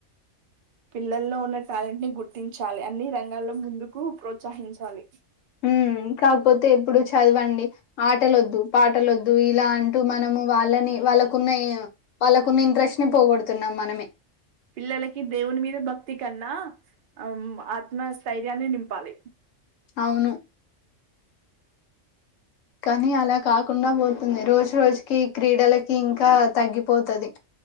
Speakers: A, on the right (about 55°); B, on the left (about 80°).
A: పిల్లల్లో ఉన్న టాలెంట్ని గుర్తించాలి అన్ని రంగాల్లో ముందుకు ప్రోత్సహించాలి
B: ఉమ్ కాకపోతే ఎప్పుడు చదవండి ఆట లొద్దు పాటలొద్దు ఇలా అంటూ మనము వాళ్ళని వాళ్ళకున్న వాళ్ళకున్న ఇంట్రెస్ట్ ని పోగొడుతున్నాం మనమే
A: పిల్లలకి దేవుని మీద భక్తి కన్నా అమ్ ఆత్మస్థైర్యాన్ని నింపాలి
B: అవును కానీ అలా కాకుండా పోతుంది రోజు రోజుకి క్రీడలకి ఇంకా తగ్గిపోతుది